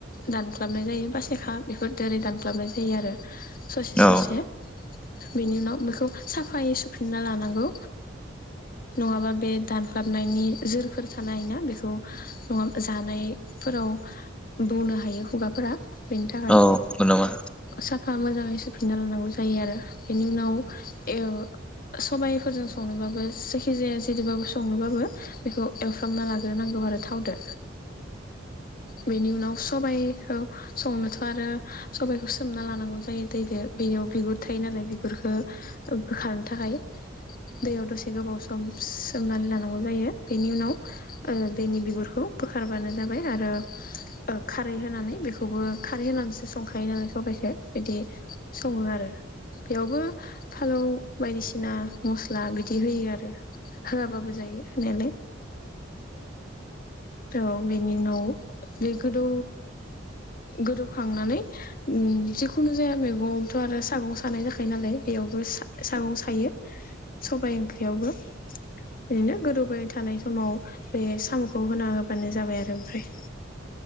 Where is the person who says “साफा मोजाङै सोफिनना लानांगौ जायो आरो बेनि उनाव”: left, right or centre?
Left